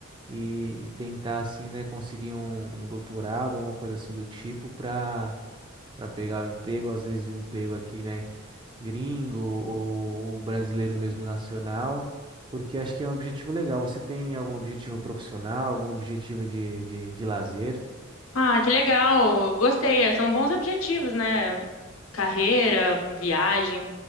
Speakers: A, on the right; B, on the left.
A: e, e tentar assim, né, conseguir um, um doutorado, alguma coisa assim do tipo para para pegar o emprego, às vezes o emprego aqui, né, gringo ou, ou brasileiro mesmo nacional, porque acho que é um objetivo legal. Você tem algum objetivo profissional, algum objetivo de, de, de lazer?
B: Ah, que legal! Gostei. São bons objetivos, né? carreira, viagem.